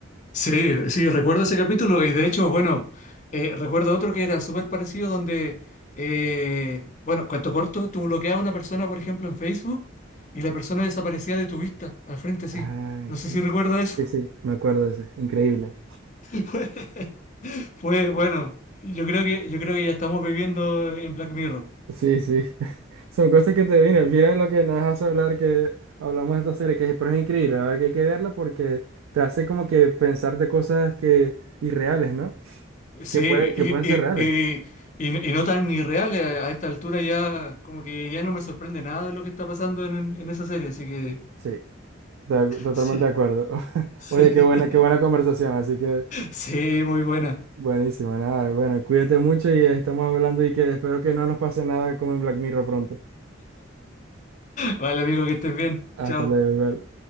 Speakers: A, on the left; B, on the right.
A: Sí, sí, recuerdo ese capítulo y de hecho, bueno, eh, recuerdo otro que era súper parecido donde, eh, bueno, cuento corto, tú bloqueabas a una persona, por ejemplo, en Facebook y la persona desaparecía de tu vista, al frente sí
B: Ay,
A: No
B: sí.
A: sé si recuerdas eso.
B: Sí, sí, me acuerdo de ese. Increíble.
A: <laughs> Fue, fue, bueno, yo creo que, yo creo que ya estamos viviendo en Black Mirror.
B: Sí, sí. <laughs> Son cosas que te vienen. Mira lo que nos hace hablar que hablamos de esta serie, que es, pero es increíble, la verdad que hay que verla porque te hace como que pensar de cosas que irreales, ¿no?
A: Sí,
B: Que puede, que
A: y,
B: pueden ser
A: y,
B: reales.
A: y, y- y no tan irreales a, a esta altura ya, como que ya no me sorprende nada de lo que está pasando en, en esa serie, así que
B: Sí, to- totalmente
A: sí,
B: de acuerdo. <laughs>
A: sí.
B: Oye,
A: <laughs>
B: qué buena, qué buena conversación, así que
A: Sí, muy buena.
B: buenísimo, nada. Bueno, cuídate mucho y estamos hablando y que espero que no nos pase nada como en Black Mirror pronto.
A: Vale, amigo, que estés bien.
B: Hasta
A: Chao.
B: luego, igual.